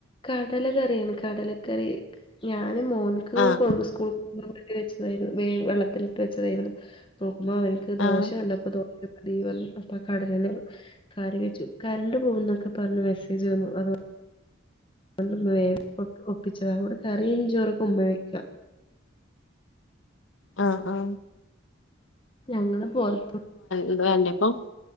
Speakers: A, on the left; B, on the left.
A: കടല കറിയാണ്. കടലക്കറി ഞ ഞാന് മോൻക്ക്
B: ആഹ്
A: കൊ സ്കൂൾ കൊണ്ടവേണ്ടി വെച്ചതായിരുന്നു. വേ വെള്ളത്തിലിട്ട് വെച്ചതായിരുന്നു. പ്പൊ അപ്പം അവനിക്ക് ദോശകണ്ടപ്പ
B: ആഹ്
A: ദോ മതീപർഞ്ഞു അപ്പൊ ആ കടലന്നെ കറിവെച്ചു. കരണ്ട് പോകുന്നൊക്കെ ക്കെപറഞ്ഞു മെസ്സേജ് വന്നു. അതു അതൊണ്ടന്ന് വേ ഒപ്പിച്ചതാ ഓണ്ട് കറീംചോറെകെ ഉമ്മ വെക്ക
B: അ ആ
A: ഞങ്ങള് പൊറത്തു
B: ഇത് വേണ്ടപ്പൊ